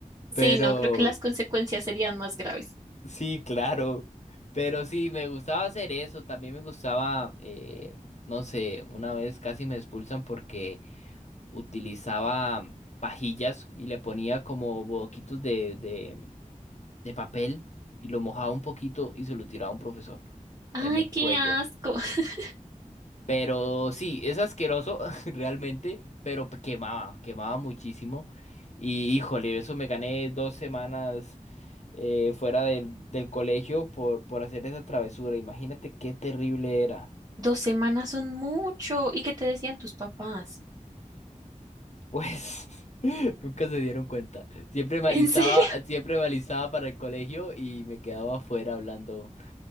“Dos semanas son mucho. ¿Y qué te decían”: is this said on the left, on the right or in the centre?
Right